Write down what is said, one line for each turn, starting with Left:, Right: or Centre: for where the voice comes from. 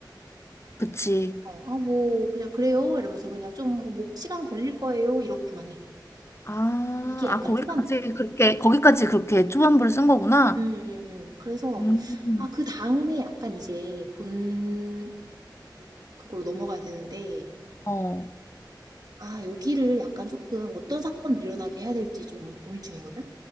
Left: 그치.
Right: 어, 아, 뭐 그냥 그래요 이러면서 그냥 좀 뭐 시간 걸릴 거예요 이렇게만 해.
Left: 아,
Right: 이게 약간
Left: 아, 거기까지
Right: 초반부야.
Left: 그렇게, 거기까지 그렇게 초반부를 쓴 거구나.
Right: 음, 음, 음. 그래서
Left: 음,
Right: 아, 그 다음에 약간 이제 본 그걸로 넘어가야 되는데
Left: 어.
Right: 아, 여기를 약간 조금 어떤 사건을 일어나게 해야 될지 좀 고민 중이거든.